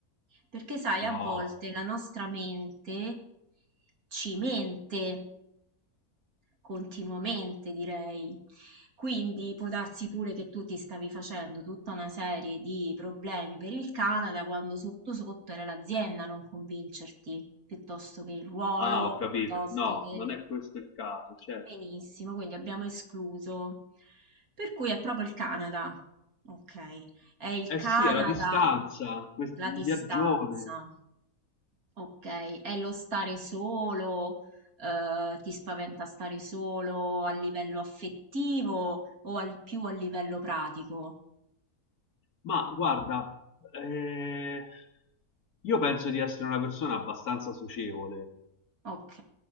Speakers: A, on the right; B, on the left.
A: Perché sai,
B: No,
A: a volte la nostra mente ci mente. continuamente, direi. Quindi può darsi pure che tu ti stavi facendo tutta una serie di problemi per il Canada quando sotto sotto era l'azienda a non convincerti, piuttosto che il ruolo,
B: ah, ho capito.
A: piuttosto
B: No,
A: che...
B: non è questo il caso, certo.
A: Benissimo, quindi abbiamo escluso. Per cui è proprio il Canada. Ok, è il
B: Eh
A: Canada,
B: sì, è la distanza, quest-
A: la
B: un
A: distanza.
B: viaggione.
A: Ok, è lo stare solo, eh, ti spaventa stare solo a livello affettivo o al- più a livello pratico?
B: Ma guarda, eh, io penso di essere una persona abbastanza socievole,
A: Ok,